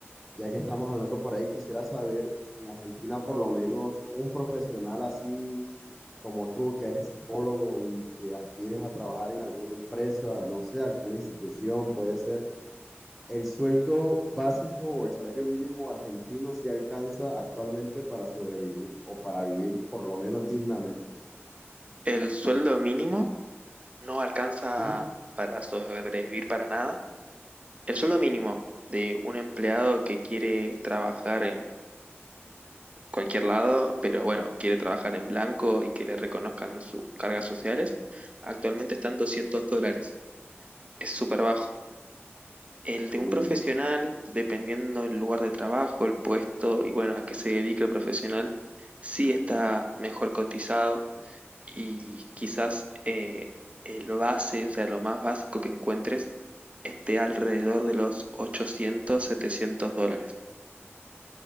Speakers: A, in the centre; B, on the right.
A: Ya que estamos hablando por ahí, quisiera saber, en Argentina por lo menos un profesional así como tú, que eres psicólogo y que aspires a trabajar en alguna empresa, no sé, alguna institución, puede ser, ¿el sueldo básico o el salario mínimo argentino si alcanza actualmente para sobrevivir o para vivir por lo menos dignamente?
B: El sueldo mínimo no alcanza
A: Sí.
B: para sobrevivir para nada. El sueldo mínimo de un empleado que quiere trabajar en cualquier lado, pero bueno, quiere trabajar en blanco y que le reconozcan sus cargas sociales, actualmente están 200 dólares. Es súper bajo. El de
A: Uy,
B: un profesional, dependiendo del lugar de trabajo, el puesto y bueno, a qué se dedica el profesional, sí está mejor cotizado y quizás eh, el base, o sea, lo más básico que encuentres, esté alrededor de los 800, 700 dólares.